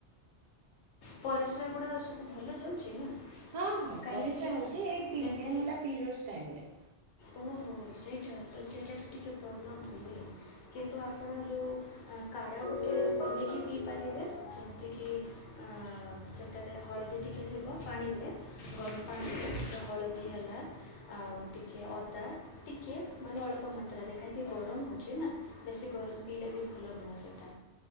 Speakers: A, on the left; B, on the right.
A: ପରିସ୍ରାଗୁଡ଼ା ସବୁ ଭଲ ଯାଉଛି ନା।
B: ହଁ ହଁ
A: କାହିଁକି
B: ପରିସ୍ରା ହଉଛି ଏଇ ତିନି
A: ଯେମିତି
B: ଦିନ ହେଲା ପିରିୟଡ଼୍ସ ଟାଇମ୍ ରେ
A: ଓହୋ ସେଇଟା ତ ସେଇଟା ତ ଟିକେ ପ୍ରୋବ୍ଲେମ୍ ହୁଏ କିନ୍ତୁ ଆପଣ ଯେଉଁ କାଢ଼ା ଗୋଟେ ବନେଇକି ପିଇପାରିବେ ଯେମିତିକି ହଁ ସେଠାରେ ହଳଦୀ ଟିକେ ଥିବ ପାଣିରେ ଗରମ ପାଣିରେ ଟିକେ ହଳଦୀ ହେଲା ଆଉ ଟିକେ ଟିକିଏ ଅଦା ଟିକିଏ ମାନେ ଅଳ୍ପ ମାତ୍ରାରେ କାହିଁକି ଗରମ ହଉଛି ନା ବେଶୀ ଗରମ ପିଇଲେ ବି ଭଲ ନୁହେଁ ସେଟା